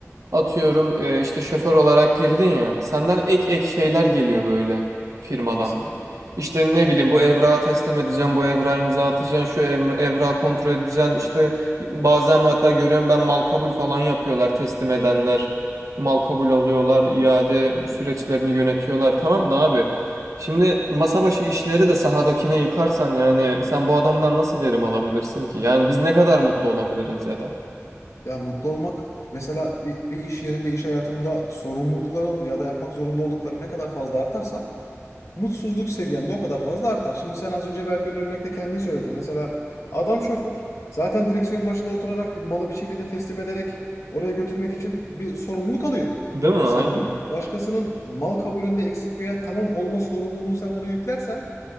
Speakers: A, on the right; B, on the left.
A: Atıyorum e, işte şoför olarak girdin ya. Senden ek ek şeyler geliyor böyle firmadan.
B: Kesinlikle.
A: İşte ne bileyim bu evrağı teslim edeceğim, bu evrağı imza atacaksın, şu ev, evrağı kontrol edeceksin. İşte bazen hatta görüyorum ben mal kabul falan yapıyorlar teslim edenler. Mal kabul alıyorlar, iade süreçlerini yönetiyorlar. Tamam da abi. Şimdi masa başı işleri de sahadakine yıkarsan yani sen bu adamdan nasıl verim alabilirsin ki? Yani biz ne kadar mutlu olabiliriz ya da.
B: Ya mutlu olmak mesela bir, bir iş yerinde, iş hayatında sorumlulukların ya da yapmak zorunda oldukları ne kadar fazla artarsa mutsuzluk seviyende o kadar fazla artar. Şimdi sen az önce verdiğin örnekte kendin söyledin. Mesela adam şoför zaten direksiyon başına oturarak bir malı bir şekilde teslim ederek oraya götürmek için bir sorumluluk alıyor.
A: Değil mi?
B: Sen
A: Aynen.
B: bunu başkasının mal kabulünde eksik veya tamam olma sorumluluğunu sen buna yüklersen